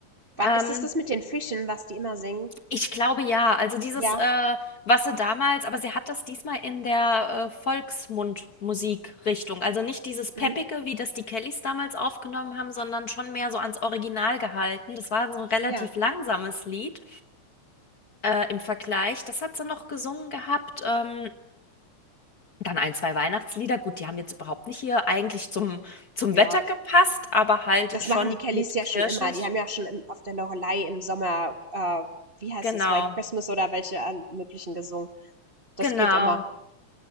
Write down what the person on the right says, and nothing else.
Ist es das mit den Fischen, was die immer singen?
Ja.
Mhm.
Ah, ja.
Ja.
Das
machen die Kellys
ja
schon immer. Die haben ja schon im, auf der Loreley im Sommer, äh, wie heißt
es, White Christmas oder welche äh, möglichen gesungen. Das
geht immer.